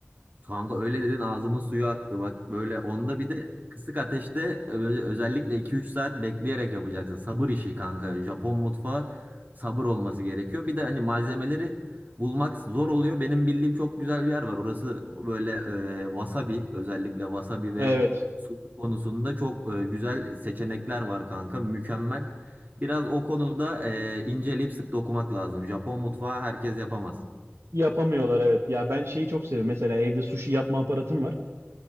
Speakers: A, on the right (about 40°); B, on the right (about 80°).
A: Kanka öyle dedin ağzımın suyu aktı. Bak böyle onda bir de kısık ateşte ö- özellikle 2-3 saat bekleyerek yapacaksın. Sabır işi kanka. Japon mutfağı sabır olması gerekiyor. Bir de hani malzemeleri bulmak zor oluyor. Benim bildiğim çok güzel bir yer var. Orası böyle e, wasabi özellikle wasabi ve
B: Evet.
A: sushi konusunda çok e, güzel seçenekler var kanka. Mükemmel. Biraz o konuda e, inceleyip sık dokumak lazım. Japon mutfağı herkes yapamaz.
B: Yapamıyorlar evet. Ya ben şeyi çok seviyorum. Mesela evde sushi yapma aparatım var.